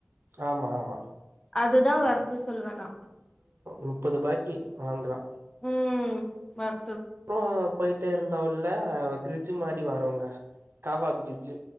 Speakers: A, on the right; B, on the left.
A: ஆமா ஆமா
B: அதுதா வர் த்து சொல்வே நா
A: முப்பதுபாக்கி வாங்கலா
B: ம் வர்
A: ஓ போயிட் டே இருந்தா உள்ள ஒர் பிரிட்ஜு மாரி வருங்க காவா பிரிட்ஜு